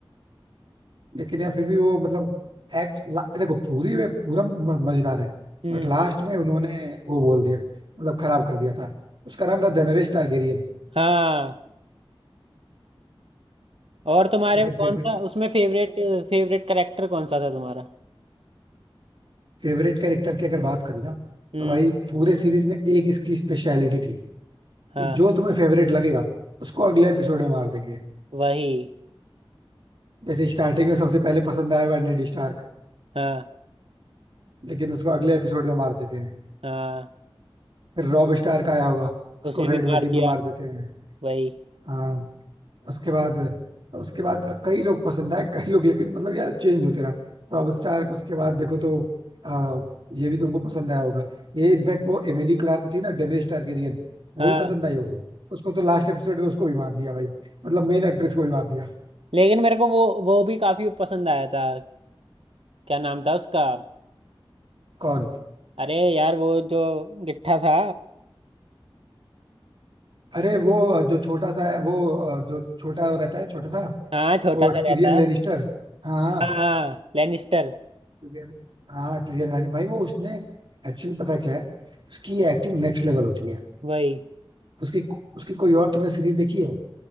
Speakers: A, on the right; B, on the right.
A: लेकिन यार फिर भी वो मतलब एक्ट देखो पूरी वे पूरा म- मजेदार है
B: हम्म
A: बट लास्ट में उन्होंने वो बोल दिया मतलब खराब कर दिया था उसका नाम था डेनरेस टारगेरियन
B: हाँ और तुम्हारे
A: लेकिन
B: कौन
A: फिर भी
B: सा उसमें फेवरेट फेवरेट करेक्टर कौन सा था तुम्हारा
A: फेवरेट कैरेक्टर की अगर बात करें ना
B: हम्म
A: तो भाई पूरे सीरीज में एक इसकी स्पेशलिटी थी कि
B: हाँ
A: जो तुम्हें फेवरेट लगेगा उसको अगले एपिसोड में मार देंगे
B: वही
A: जैसे स्टार्टिंग में सबसे पहले पसंद आया होगा नेड स्टार्क
B: हाँ
A: लेकिन उसको अगले एपिसोड में मार देते हैं
B: हाँ
A: फिर रॉब स्टार्क आया होगा उसको
B: उसे भी
A: रेड वेडिंग
B: मार दिया
A: में मार देते हैं
B: वही
A: हाँ उसके बाद उसके बाद कई लोग पसंद आए कई लोग लेकिन मतलब यार चेंज होते रहा रॉब स्टार उसके बाद देखो तो आ, ये भी तुमको पसंद आया होगा ये इनफैक्ट वो एमिली क्लार्क थी ना डेनिस टारगेरियन वो
B: हाँ
A: भी पसंद आई होगी उसको तो लास्ट एपिसोड में उसको भी मार दिया भाई मतलब मेन एक्ट्रेस को भी मार दिया
B: लेकिन मेरे को वो वो भी काफी पसंद आया था क्या नाम था उसका
A: कौन
B: अरे यार वो जो गिट्ठा था
A: अरे वो अ, जो छोटा सा है वो अ, जो छोटा रहता है छोटा सा
B: हाँ छोटा
A: वो टिरियन
B: सा रहता है
A: लेनिस्टर हाँ हाँ
B: हाँ लेनिस्टर
A: Tyrion- हाँ टिरियन लेनिस्टर भाई वो उसने एक्चुअली पता है क्या है उसकी एक्टिंग नेक्स्ट लेवल होती है
B: वही
A: उसकी उसकी कोई और तुमने सीरीज देखी है